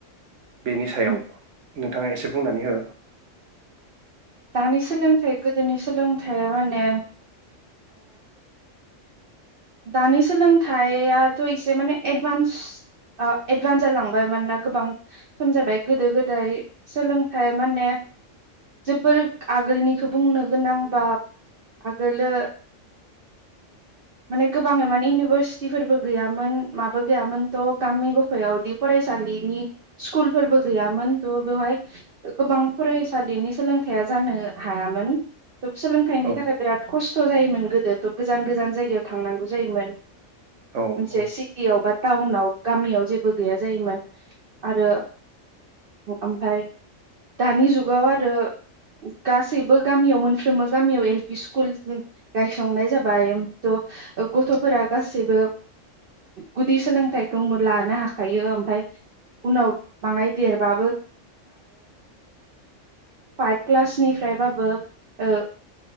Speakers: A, on the right (about 70°); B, on the right (about 50°).
A: बेनि सायाव
B: उम
A: नोंथाङा एसे बुंनानै हो।
B: दानि सोलोंथाइ गोदोनि सोलोंथाइया माने दानि सोलोंथाइयाथ' एसे माने एडभान्स एडभान्स जालांबाय मानोना गोबां सम जाबाय गोदो गोदाय सोलोंथाइ माने जोबोर आगोलनिखौ बुंनो गोनां बा आगोलो माने गोबाङै माने इउनिभारसिटिफोरबो गैयामोन माबो गैयामोन थ' गामि गफायावदि फरायसालिनि स्कुलफोरबो गैयामोन थह बेवहाय गोबां फरायसालिनि सोलोंथाइया जानो हायामोन। थब सोलोंथाइनि
A: औ
B: थाखाय बिराद खस्थ' जायोमोन गोदो थब गोजान गोजान जायगायाव थांनांगौ जायोमोन
A: औ
B: मोनसे
A: औ
B: सिटियाव बा टाउनाव गामियाव जेबो गैया जायोमोन। आरो ओमफाय दानि जुगाव आरो गासैबो गामियाव मोनफ्रोमबो गामियाव एल पि स्कुल गायसंनाय जाबाय थ' गथ'फोरा गासैबो गुदि सोलोंथाइखौ लानो हाखायो ओमफ्राय उनाव बाङाय देरबाबो फाइभ क्लासनिफ्रायबाबो ओ